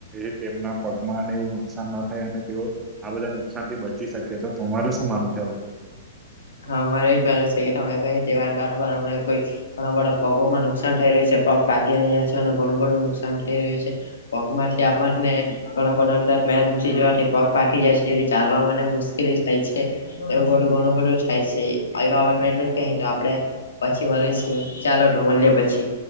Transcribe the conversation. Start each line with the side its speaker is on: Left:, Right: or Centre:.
Right: એ તેમના પગમાંને એવું નુકસાન ન થાય અને તેઓ આ બધા નુકસાન થી બચી શકે તો તમારું શું માનવુ છે, આ બા
Left: હા મારે એજ માનવુ છે, કે તમે કઈ તે વાત બરાબર હમણા કોઈ ઘણા બધા પગોમાં નુક નુકસાન થઈ રહ્યું છે, પગ પાકી રહ્યા છે, અને ઘણું બધું નુકસાન થઈ રહ્યું છે, પગ માંથી આપણને ઘણા બધા અંદર મેલ ઘૂસી જવાથી પગ પાકી જાય છે, એ ચાલવામા ને મુશ્કેલી થાય છે. એવું બધુ ગણુ બધુ થાય છે, એ બાબતમા એટલું જ કેહે કે આપડે પછી મલીશું ચાલો તો મલીએ પછી